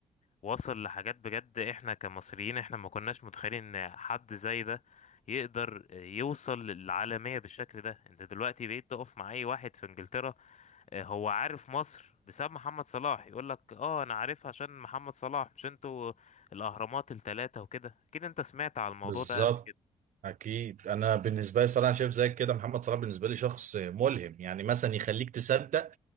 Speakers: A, on the left (about 60°); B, on the right (about 70°).
A: وصل لحاجات بجد احنا كمصريين احنا ما كناش متخيلين ان حد زي ده يقدر يوصل للعالمية بالشكل ده انت دلوقتي بقيت تقف مع اي واحد في انجلترا آه، هو عارف مصر بسبب محمد صلاح يقول لك اه انا عارفها عشان محمد صلاح مش انتوا الاهرامات الثلاثة وكده اكيد انت سمعت على الموضوع
B: بالظبط
A: ده قبل
B: اكيد انا بالنسبه لي صراحه شايف زيك كده محمد صلاح بالنسبه لي شخص ملهم يعني مثلا يخليك تصدق